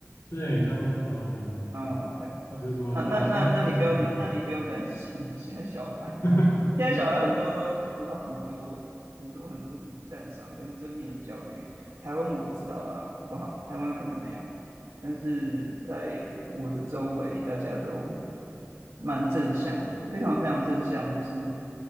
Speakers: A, on the left (about 85°); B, on the right (about 85°).
A: 对，差不多差不多，
B: 嗯，OK，
A: 或是说，
B: 那那那那你不要那你不用担心，
A: 大啊，说说是你，
B: <laughs> 现在小孩。
A: <laughs>
B: 现在小孩很多都得到很多很多很多的赞赏跟正面教育，台湾我不知道啦，好不好？台湾可能没有，但是在我的周围，大家都蛮正向的，非常非常正向，就是